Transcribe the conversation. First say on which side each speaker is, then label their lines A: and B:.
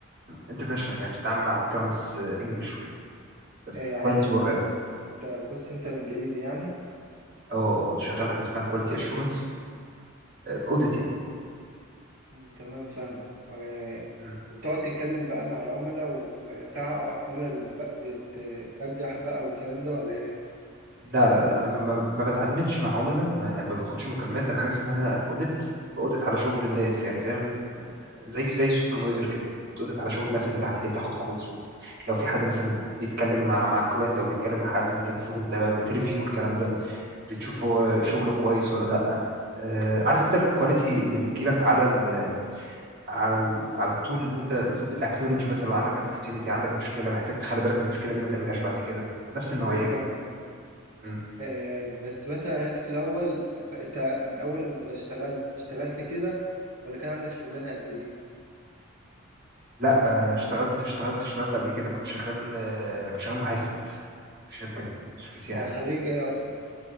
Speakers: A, on the right; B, on the right.
A: انترناشونال يعني بتتعامل مع اكونتس انجلش وكده بس
B: إيه يعني
A: كلاينتس
B: انت شغال
A: بره يعني
B: انت كول سنتر انجليزي يعني
A: اه اه شغال حاجه اسمها كواليتي اشورنس اوديت يعني
B: مم، تمام فاهمك و...
A: مم.
B: وبتقعد تتكلم بقى مع العملاء وفي ع- عملاء بتب- بتبجح بقى والكلام ده ولا ايه
A: لا لا لا ما, ما بتعلمتش مع عملاء ما- يعني ما باخدش مكالمات انا حاجه اسمها اوديت باوديت على شغل الناس يعني فاهم زي زي سوبرفايزر كده بتأودت على شغل الناس اللي تحت اللي بتاخد كولز لو في حد مثلا بيتكلم مع مع كلاينت او بيتكلم مع حد انت المفروض انت بقى بتريفيو الكلام ده بتشوف
B: مم،
A: هو شغل كويس ولا لا آه، عارف انت الكواليتي اللي بتجيلك على ال على ال على التول اللي انت المفروض بتاكنولج مثلا لو عندك opportunity عندك مشكله محتاج تخلي بالك من المشكله دي ما تعملهاش بعد كده نفس النوعيه
B: ايوه فاهمك
A: كده م.
B: آه، بس مثلا يعني انت في الاول ب- انت من اول لما ده اشتغلت اشتغلت كده ولا كان عندك شغلانه قبل دي
A: لا آه، اشتغلت اشتغلت اشتغلت قبل كده كنت شغال آه، كنت شغال محاسب في شركه شركه
B: انت
A: سياحه
B: خريج ايه اصلا